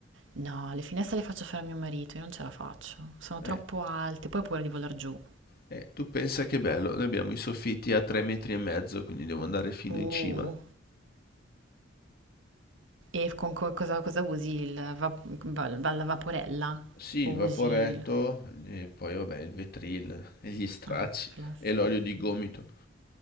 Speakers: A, on the right; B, on the left.
A: No, le finestre le faccio fare a mio marito, io non ce la faccio, sono troppo
B: Eh,
A: alte, poi ho paura di volar giù.
B: eh, tu pensa che bello, noi abbiamo i soffitti a 3 metri e mezzo, quindi devo andare fino
A: Uh,
B: in cima.
A: E con co- cosa, cosa usi? Il va- va- va- la vaporella?
B: Sì, il
A: O
B: vaporetto,
A: usi il...
B: e poi vabbè, il vetril, e gli stracci,
A: Ah, classico.
B: e l'olio di gomito.